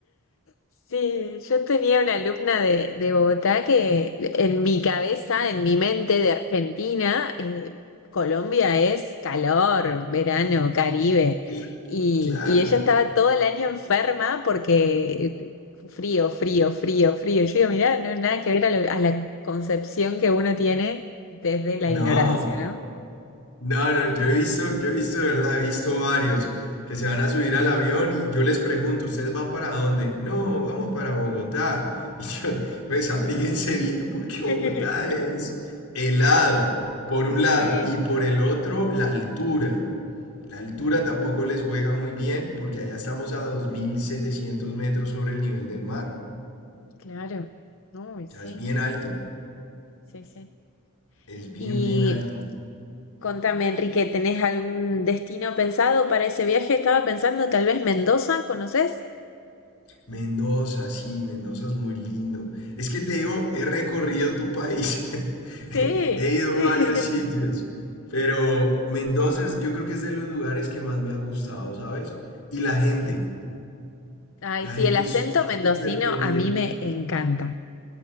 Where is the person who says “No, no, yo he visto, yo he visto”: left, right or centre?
Left